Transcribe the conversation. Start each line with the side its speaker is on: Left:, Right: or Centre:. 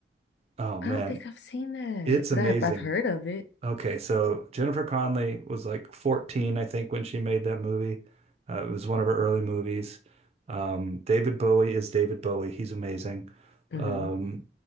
Right: Oh man,
Left: I don't think I've seen that,
Right: It's
Left: but
Right: amazing.
Left: I've I've heard of it.
Right: Okay, so Jennifer Connelly was like 14, I think, when she made that movie. Uh, it was one of her early movies. Um, David Bowie is David Bowie. He's amazing.
Left: Mm-hmm.
Right: Um,